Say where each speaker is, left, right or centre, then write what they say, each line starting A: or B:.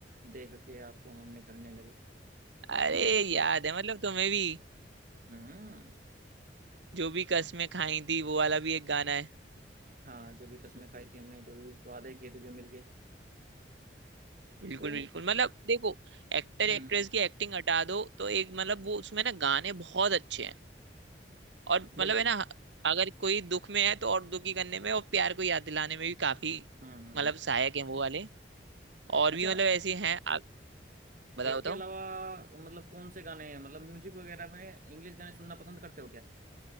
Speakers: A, on the right; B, on the right.
A: देख के आपको हम निखरने लगे
B: अरे
A: काफी मतलब
B: याद है मतलब तुम्हें भी
A: हम्म
B: जो भी कस्में खाई थी वो वाला भी एक गाना है
A: हाँ जो भी कसमें खाई थी हमने जो भी वादे किए थे जो मिल गए
B: बिल्कुल
A: तो
B: बिल्कुल मतलब देखो एक्टर
A: हम्म
B: एक्ट्रेस की एक्टिंग हटा दो तो एक मतलब वो उसमें ना गाने बहुत अच्छे हैं और मतलब
A: बिल्कुल
B: है ना अगर कोई दुख में है तो और दुखी करने में और प्यार को याद दिलाने में भी काफी
A: हम्म हम्म हम्म।
B: मतलब सहायक है वो वाले और
A: अच्छा
B: भी मतलब ऐसे हैं आप बताओ
A: तो इसके
B: बताओ
A: अलावा मतलब कौन से गाने हैं मतलब म्यूजिक वगैरह में इंग्लिश गाने सुनना पसंद करते हो क्या